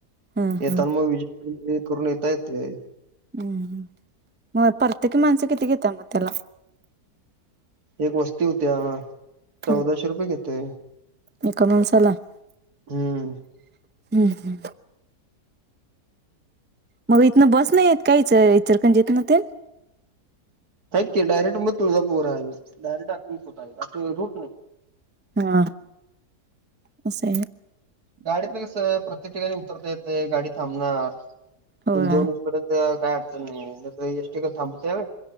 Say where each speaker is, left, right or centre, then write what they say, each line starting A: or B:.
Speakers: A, on the right; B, on the right.
A: हा
B: येताना
A: हा
B: मग विजय हे करून येता येते.
A: हम्म मग परत्येकी माणसं किती घेतय मग त्याला?
B: एक वस्ती होत्या चौदाशे
A: हम्म
B: रुपये घेते.
A: एका माणसाला हम
B: हम्म.
A: हम. मग इथनं बस नाहीय काहीच चरखंजेतन ते?
B: आहेत की डायरेक्ट मग तुळझा पोर आहे डायरेक्ट आ होत आहे रूट.
A: हा हस.
B: गाडीत ना कस प्रत्येक ठिकाणी उतरता येते गाडी थांबणार तुम्ही
A: होय
B: जाऊन येई पर्यंत काय अडच नाही यिक थांबते यावे.